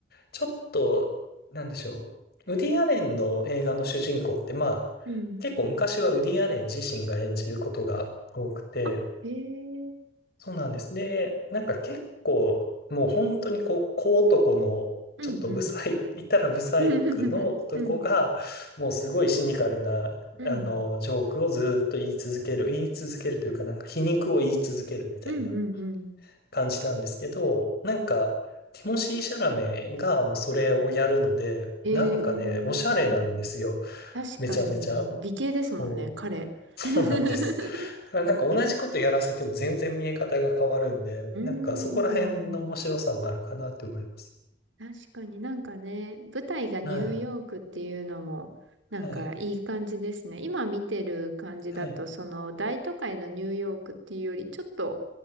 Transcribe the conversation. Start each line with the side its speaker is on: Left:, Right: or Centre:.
Left: ちょっと、なんでしょう。ウディ・アレンの映画の主人公って、まあ、
Right: え。うん。
Left: 結構昔はウディ・アレン自身が演じることが多くて、
Right: あ、へえ。
Left: そうなんです。で、なんか結構、もう本当にこう、小男の、
Right: うんうん。
Left: ちょっとブサイ、言ったらブサイクの男が、
Right: <laughs> うん。うん。
Left: もうすごいシニカルな、
Right: うん
Left: あの、ジョークをずーっと言い続ける、言い続けるというか、なんか皮肉を言い続けるみたいな
Right: うんうん。
Left: 感じなんですけど、なんか、ティモシー・シャラメがもうそれをやるので、
Right: うんええ、
Left: なんかね、おしゃれなんですよ。
Right: そう。確かに、
Left: めちゃめちゃ、
Right: 美形ですもんね、
Left: そ
Right: 彼。
Left: う、<laughs> そうなんです。
Right: <laughs>
Left: だからなんか同じことやらせても全然見え方が変わるんで、
Right: うーん。
Left: なんかそこら辺の面白さもあるかなって思います。
Right: 確かになんかね、舞台がニューヨークっていうのも、
Left: はい、
Right: なんかいい感じですね。
Left: はい、
Right: 今見てる感じだと、
Left: はい。
Right: その大都会のニューヨークっていうより、ちょっと、